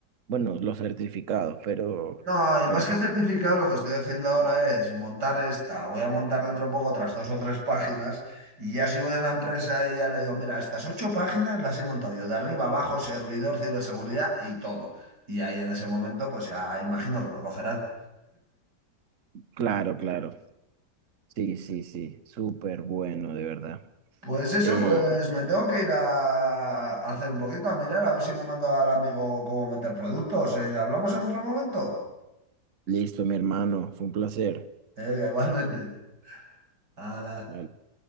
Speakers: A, on the right (about 50°); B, on the right (about 80°).
A: Bueno, los certificados, pero,
B: No, y más
A: pero ajá.
B: que certificado, lo que estoy haciendo ahora es montar esta, voy a montar dentro de poco otras dos o tres páginas, y ya si voy a una empresa y ya le digo, mira, estas ocho páginas las he montado yo, de arriba abajo, servidor, ciberseguridad y todo. Y ahí en ese momento, pues ya imagino que me cogerán.
A: Claro, claro. Sí, sí, sí, súper bueno, de verdad.
B: Pues eso,
A: Eh,
B: pues me tengo que ir a a hacer un poquito, a mirar, a ver si le mando al amigo cómo meter productos. eh. ¿Hablamos en otro momento?
A: listo, mi hermano, fue un placer.
B: Venga, igualmente. Hala.
A: Vale.